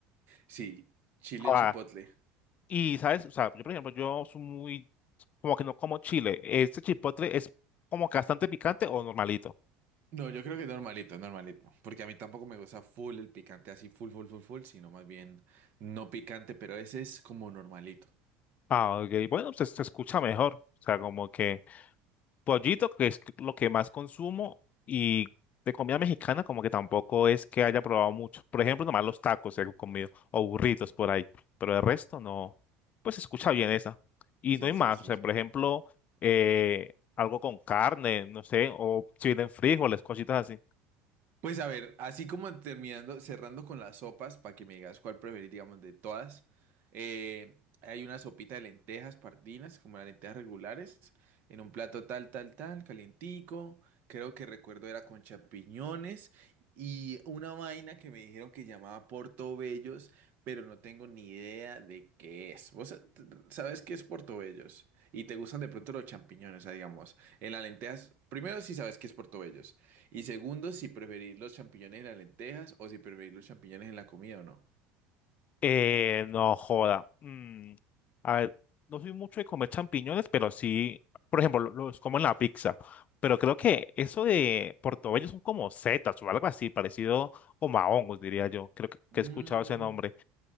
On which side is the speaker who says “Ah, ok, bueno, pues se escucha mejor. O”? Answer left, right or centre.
Left